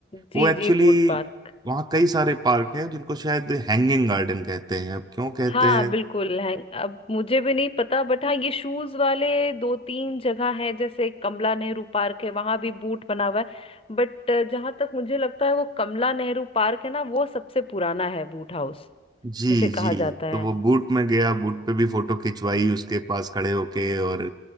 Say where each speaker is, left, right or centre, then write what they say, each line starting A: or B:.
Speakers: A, on the left (about 30°); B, on the right (about 20°).
A: जी
B: वो एक्चुअली
A: जी बूट पार्क
B: वहाँ कई सारे पार्क हैं जिनको शायद हैंगिंग गार्डन कहते हैं अब क्यों कहते
A: हाँ
B: हैं
A: बिल्कुल है अब मुझे भी नहीं पता बट हाँ ये शूज वाले दो तीन जगह है जैसे कमला नेहरू पार्क है वहां भी बूट बना हुआ है बट जहां तक मुझे लगता है वो कमला नेहरू पार्क है ना वो सबसे पुराना है बूट हाउस
B: जी
A: जिसे कहा
B: जी
A: जाता
B: तो
A: है
B: वो बूट में गया बूट पे भी फोटो खिंचवाई उसके पास खड़े होके और